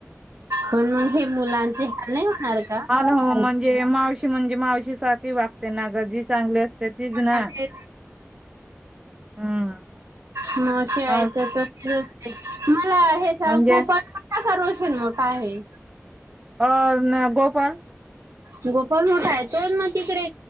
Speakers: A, on the right (about 80°); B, on the right (about 20°).
A: पण मग हे मुलांचे हाल नाही होणार का?
B: अ हो म्हणजे मावशी म्हणजे मावशी सात ती वागते ना ग जी चांगली असते तीच
A: पण
B: ना
A: ते
B: हम
A: मावशी आईचं
B: हा
A: तर तसंच आहे. मला हे सांग
B: म्हणजे
A: गोपाळ मोठा का रोशन मोठा आहे?
B: और ना गोपाळ
A: गोपाळ मोठा आहे तो मग तिकडे